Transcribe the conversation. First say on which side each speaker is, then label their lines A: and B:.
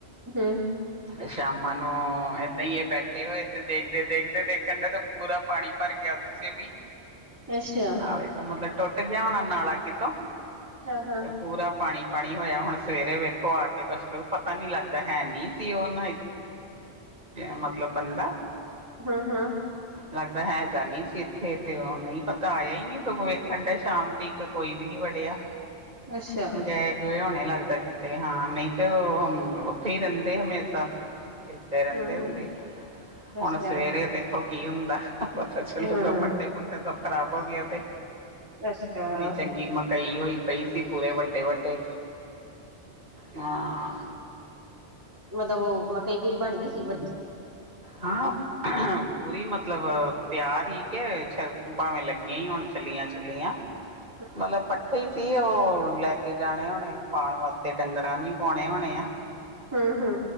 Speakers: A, on the right (about 15°); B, on the right (about 40°).
A: ਹੂੰ,
B: ਸ਼ਾਮਾਂ ਨੂੰ ਏਦਾਂ ਹੀ ਬੈਠੇ ਹੋਏ ਤੇ ਦੇਖਦੇ-ਦੇਖਦੇ ਦੇਖਣ ਦਾ ਤਾਂ ਪੂਰਾ ਪਾਣੀ ਭਰ ਗਿਆ, ਉਹਦੇ ਚ ਵੀ
A: ਅੱਛਾ
B: ਨਾਲੇ ਤਾਂ ਮਤਲਬ ਟੁੱਟ ਗਿਆ, ਹੋਣਾ ਨਾਲਾ ਕਿਤੋਂ ਅਤੇ
A: ਹਾਂ ਹਾਂ
B: ਪੂਰਾ ਪਾਣੀ, ਪਾਣੀ ਹੋਇਆ, ਹੁਣ ਸਵੇਰੇ ਵੇਖੋ ਆ ਕੇ ਕੁੱਛ ਪਤਾ ਨੀ ਲੱਗਦਾ ਹੈ, ਨੀ ਸੀ, ਉਹ ਨਾ ਮਤਲਬ ਬੰਦਾ
A: ਹੂੰ-ਹੂੰ,
B: ਲੱਗਦਾ ਹੈਗਾ ਨੀ ਸੀ, ਇੱਥੇ ਤੇ ਉਹ ਨਹੀਂ ਪਤਾ ਆਇਆ ਹੀ ਨਹੀਂ ਦੋਂ ਵੇਖਣ ਡੇ ਸ਼ਾਮ ਦੀ ਕੋਈ ਵੀ ਨੀ ਵੜਿਆ
A: ਅੱਛਾ
B: ਗ ਹੁਣੇ ਲੱਗਦਾ, ਕਿਤੇ ਹਾਂ ਨਹੀਂ ਤੇ ਉਹ ਉੱਥੇ ਹੀ ਰਹਿੰਦੇ ਹਮੇਸ਼ਾ ਏਦਾਂ ਰਹਿੰਦੇ
A: ਹੂੰ
B: ਹੁੰਦੇ
A: ਹੂੰ
B: ਹੁਣ
A: ਅੱਛਾ
B: ਸਵੇਰੇ ਦੇਖੋ ਕੀ ਹੁੰਦਾ। ਪਤਾ ਚੱਲੂਗਾ,
A: ਹੂੰ
B: ਪੱਟੇ ਪੁੱਟੇ ਸਭ ਖ਼ਰਾਬ ਹੋ ਗਏ ਉਹਦੇ
A: ਅੱਛਾ
B: ਇੰਨੀ ਚੰਗੀ ਮ ਕਈ ਹੋਈ ਪਈ ਸੀ, ਪੂਰੇ ਵੱਡੇ-ਵੱਡੇ ਹਾਂ।
A: ਮਤਲਬ ਉਹ ਮ ਕਈ ਪੂਰੀ ਬਣ ਗਈ ਸੀ, ਵੱਡੀ
B: ਹਾਂ, ਪੂਰੀ ਮਤਲਬ ਤਿਆਰ ਹੀ ਕਿ ਛਰ ਭਾਵੇਂ ਲੱਗੀਆਂ ਹੀ ਹੋਣ ਛੱਲੀਆਂ-ਛੁਲੀਆਂ,
A: <unintelligible>
B: ਮਤਲਬ ਪੱਠੇ ਸੀ। ਉਹ ਲੈ ਕੇ ਜਾਣੇ ਹੁਣੇ ਪਾਉਣ ਵਾਸਤੇ ਤੇ ਡੰਗਰਾਂ ਨੂੰ ਵੀ ਪਾਉਣੇ ਹੋਣੇ ਆ।
A: ਹਾ ਹਾ